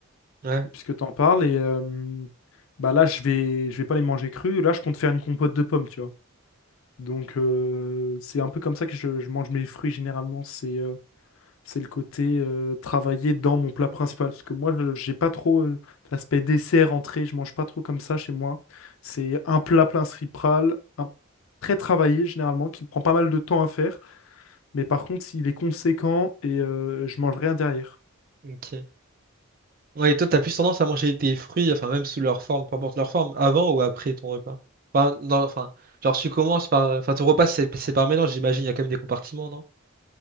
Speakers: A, on the right; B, on the left.
A: Ouais.
B: puisque t'en parles et euh, bah là je vais je vais pas les manger crues. Là je compte faire une compote de pommes, tu vois. Donc euh, c'est un peu comme ça que je, je mange mes fruits généralement. C'est euh, c'est le côté euh, travailler dans mon plat principal. Parce que moi, je- j'ai pas trop euh, l'aspect dessert, entrée. Je mange pas trop comme ça chez moi. C'est un plat principal, un- très travaillé généralement, qui prend pas mal de temps à faire. Mais par contre, s'il est conséquent et euh, je mange rien derrière.
A: Ok. Ouais, et toi, t'as plus tendance à manger tes fruits, enfin même sous leur forme, peu importe leur forme, avant ou après ton repas. Enfin, dans- enfin, genre tu commences par, enfin ton repas c'est c'est par mélange, j'imagine. Il y a quand même des compartiments,